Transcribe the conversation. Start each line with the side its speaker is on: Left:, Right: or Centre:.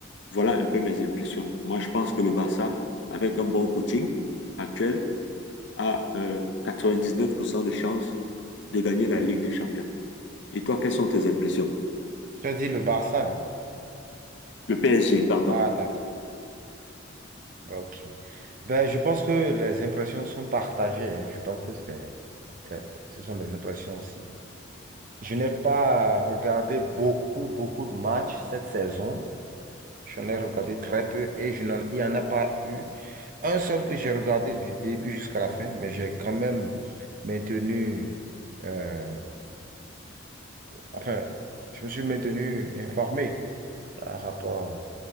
Left: voilà un peu mes impressions. Moi, je pense que le Barça, avec un bon coaching actuel, a 99% de chances de gagner la Ligue des Champions. Et toi, quelles sont tes impressions?
Right: Tu as dit le Barça, hein?
Left: Le PSG, pardon.
Right: Ah, d'accord. Ok. Ben, je pense que les impressions sont partagées. hein. Je pense que c'est, c'est- ce sont des impressions aussi. Je n'ai pas regardé beaucoup, beaucoup de matchs cette saison. J'en ai regardé très peu et je n'en, il n'y en a pas eu un seul que j'ai regardé du début jusqu'à la fin, mais j'ai quand même maintenu, euh, enfin, je me suis maintenu informé par rapport